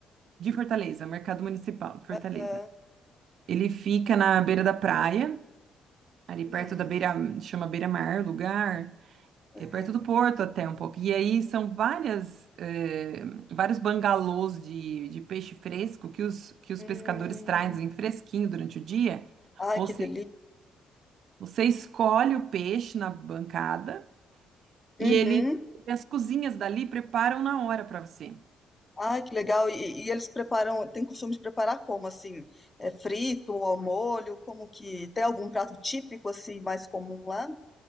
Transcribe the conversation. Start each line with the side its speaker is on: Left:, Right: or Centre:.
Right: de Fortaleza, Mercado Municipal de Fortaleza.
Left: aham.
Right: Ele fica na beira da praia, ali
Left: Hum.
Right: perto da beira, chama Beira-Mar, o lugar,
Left: Aham.
Right: é perto do porto até um pouco. E aí são várias, eh, vários bangalôs de, de peixe fresco que os, que os
Left: Hum.
Right: pescadores trazem fresquinho durante o dia.
Left: Ai,
Right: Você,
Left: que delícia.
Right: você escolhe o peixe na bancada e
Left: Uhum.
Right: ele, as cozinhas dali preparam na hora para você.
Left: Ai, que legal. E, e eles preparam, tem costume de preparar como, assim? É frito ou ao molho? Como que, tem algum prato típico, assim, mais comum lá?